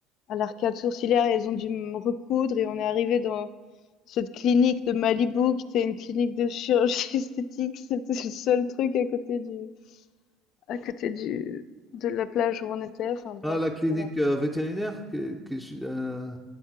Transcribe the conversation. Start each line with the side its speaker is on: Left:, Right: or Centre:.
Left: à l'arcade sourcilière et elles ont dû me recoudre et on est arrivé dans cette clinique de Malibu qui était une clinique de chirurgie <laughs> esthétique, c'était le seul truc à côté du à côté du de la plage où on était, enfin bref,
Centre: Ah, la clinique
Left: voilà.
Centre: euh, vétérinaire qui, est qui est ju- euh,